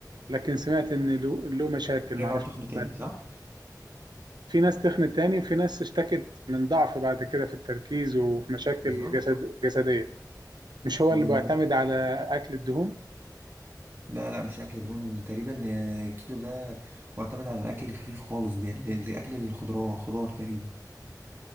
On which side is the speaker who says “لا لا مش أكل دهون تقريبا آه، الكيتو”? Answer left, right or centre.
Right